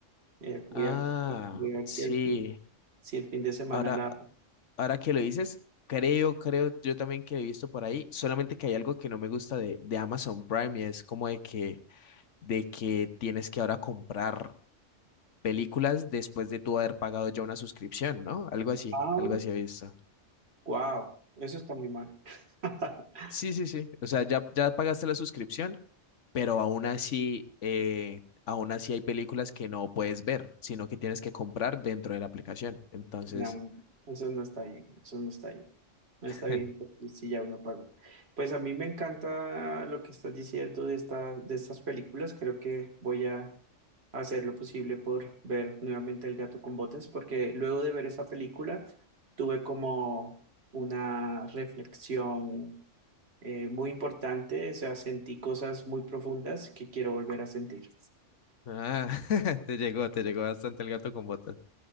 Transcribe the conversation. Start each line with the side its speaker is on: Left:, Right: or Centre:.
Right: Eh, voy
Left: Ah,
Right: a, voy a ver
Left: sí.
Right: si el fin, si el fin de semana
Left: Ahora,
Right: la...
Left: ahora que lo dices, creo, creo yo también que he visto por ahí, solamente que hay algo que no me gusta de, de Amazon Prime y es como de que, de que tienes que ahora comprar películas después de tú haber pagado ya una suscripción, ¿no? Algo así,
Right: Ah,
Left: algo así he visto.
Right: wow, eso está muy mal. <laughs>
Left: Sí, sí, sí. O sea, ya, ya pagaste la suscripción, pero aún así, eh, aún así hay películas que no puedes ver, sino que tienes que comprar dentro de la aplicación. Entonces,
Right: No, eso no está bien, eso no está bien. No
Left: <laughs>
Right: está bien, porque si ya uno pagó. Pues a mí me encanta lo que estás diciendo de esta, de estas películas. Creo que voy a hacer lo posible por ver nuevamente El gato con botas, porque luego de ver esa película tuve como una reflexión eh, muy importante. O sea, sentí cosas muy profundas que quiero volver a sentir.
Left: ah, <laughs> te llegó, te llegó bastante el gato con botas.